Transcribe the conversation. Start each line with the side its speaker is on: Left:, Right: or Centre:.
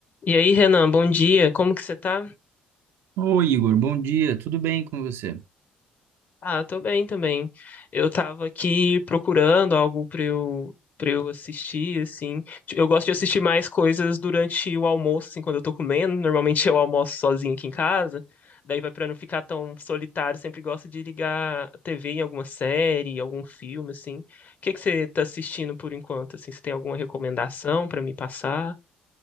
Left: E aí, Renan, bom dia. Como que você tá?
Right: Oi, Igor, bom dia, tudo bem com você?
Left: Ah, eu tô bem também. Eu tava aqui procurando algo pra eu, pra eu assistir, assim. Eu gosto de assistir mais coisas durante o almoço, assim, quando eu tô comendo. Normalmente eu almoço sozinho aqui em casa. Daí vai pra não ficar tão solitário, sempre gosto de ligar a TV em alguma série, algum filme, assim. O que que você tá assistindo por enquanto, assim? Você tem alguma recomendação pra me passar?